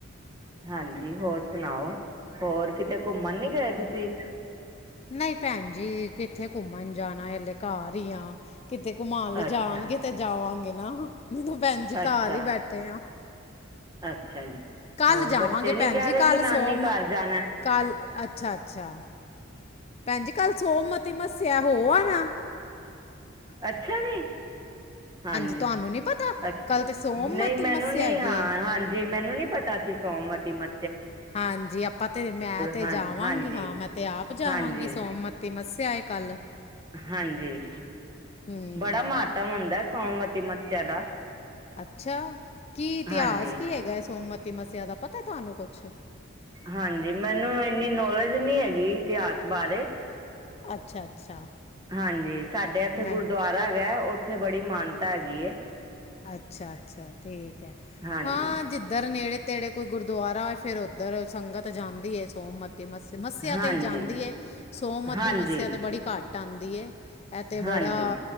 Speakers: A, on the right; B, on the left.
A: ਹਾਂਜੀ ਹੋਰ ਸੁਣਾਓ? ਹੋਰ ਕਿਤੇ ਘੁੰਮਣ ਨੀ ਗਏ ਤੁਸੀਂ।
B: ਨਈ ਭੈਣ ਜੀ ਕਿੱਥੇ ਘੁੰਮਣ ਜਾਣਾ ਏ ਅਲੇ ਘਰ ਹੀ ਆ ਕਿਤੇ ਘੁਮਾਣ ਲੈਜਾਣਗੇ
A: ਅੱਛਾ
B: ਤੇ ਜਾਵਾਂਗੇ ਨਾ ਜਦੋ ਭੈਣ ਜੀ ਕਾਰ
A: ਅੱਛਾ
B: ਈ ਬੈਠੇ ਆ।
A: ਅੱਛਾ ਜੀ,
B: ਕੱਲ
A: ਹੋਰ
B: ਜਾਵਾਂਗੇ
A: ਬੱਚੇ
B: ਭੈਣ
A: ਨੀ ਕੈ
B: ਜੀ ਕੱਲ
A: ਰ ਕਿ
B: ਸੋਮ
A: ਨਾਨੀ ਘਾਰ ਜਾਣਾ ਆ।
B: ਕੱਲ ਅੱਛਾ ਅੱਛਾ ਭੈਣ ਜੀ, ਕੱਲ ਸੋਮਤੀ ਮੱਸਿਆ ਹੋ ਆ ਨਾ
A: ਅੱਛਾ ਜੀ। ਹਾਂਜੀ,
B: ਤੁਹਾਨੂੰ ਨੀ ਪਤਾ
A: ਅੱਛ
B: ਕੱਲ ਤੇ ਸੋਮਤੀ
A: ਨਈ ਮੈਨੂੰ
B: ਮੱਸਿਆ
A: ਨੀ
B: ਹੈਗੀ
A: ਆ
B: ਏ
A: ਹਾਂਜੀ ਮੈਨੂੰ ਨੀ ਪਤਾ ਸੋਮਤੀ ਮ
B: ਹਾਂਜੀ ਆਪਾਂ ਤੇ ਮੈਂ ਤੇ
A: ਹਾਂ
B: ਜਾਵਾਂਗੀ
A: ਹਾਂਜੀ
B: ਹਾਂ ਮੈਂ ਤੇ ਆਪ ਜਾਵਾਂਗੀ
A: ਹਾਂਜੀ
B: ਸੋਮ ਤੇ ਮੱਸਿਆ ਏ ਕੱਲ।
A: ਹਾਂਜੀ,
B: ਹੂੰ
A: ਬੜਾ ਮਾਤਵ ਹੁੰਦਾ ਏ ਸੋਮਵਤੀ ਮੱਸੇਆ ਦਾ।
B: ਅੱਛਾ, ਕੀ ਇਤਿਹਾਸ
A: ਹਾਂਜੀ
B: ਕੀ ਹੈਗਾ ਏ, ਸੋਮਤੀ ਮੱਸੇਆ ਦਾ ਪਤਾ ਐ ਤੋਆਨੂੰ ਕੋਛ
A: ਹਾਂਜੀ, ਮੈਨੂੰ ਇੰਨੀ ਨੋਲੇਜ ਨੀ ਹੈਗੀ ਇਤਿਆਸ ਬਾਰੇ।
B: ਅੱਛਾ, ਅੱਛਾ।
A: ਹਾਂਜੀ, ਸਾਡੇ ਐਥੇ
B: ਮੈਂ
A: ਗੁਰਦੋਆਰਾ ਹੈਗਾ, ਓਥੇ ਬੜੀ ਮਾਨਤਾ ਹੈਗੀ ਏ।
B: ਅੱਛਾ-ਅੱਛਾ ਠੀਕ ਏ
A: ਹਾਂਜੀ
B: ਹਾਂ, ਜਿੱਧਰ ਨੇੜੇ-ਤੇੜੇ ਕੋਈ ਗੁਰਦੁਆਰਾ ਹੋ ਫੇਰ ਓਧਰ ਸੰਗਤ ਜਾਂਦੀ ਏ ਸੋਮਤ ਤੇ ਮੱਸ, ਮੱਸੇਆ
A: ਹਾਂਜੀ
B: ਤੇ ਈ ਜਾਂਦੀ ਏ ਸੋਮਤੀ
A: ਹਾਂਜੀ
B: ਮੱਸੇਆ ਤੇ ਬੜੀ ਘਾੱਟ ਆਂਦੀ ਏ। ਐ ਤੇ
A: ਹਾਂਜੀ
B: ਬੜਾ